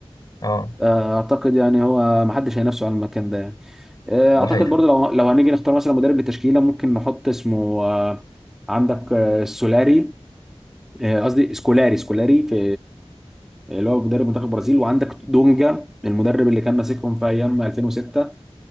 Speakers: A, on the left; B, in the centre.
A: اه
B: آه، اعتقد يعني هو ما حدش هينافسه على المكان ده يعني آه،
A: ده
B: اعتقد
A: حقيقي فعلا.
B: برضو لو لو هنيجي نختار مثلا مدرب للتشكيله ممكن نحط اسمه آه، عندك آه، سولاري آه، قصدي سكولاري سكولاري في آه، اللي هو مدرب منتخب البرازيل وعندك دونجا المدرب اللي كان ماسكهم في ايام 2006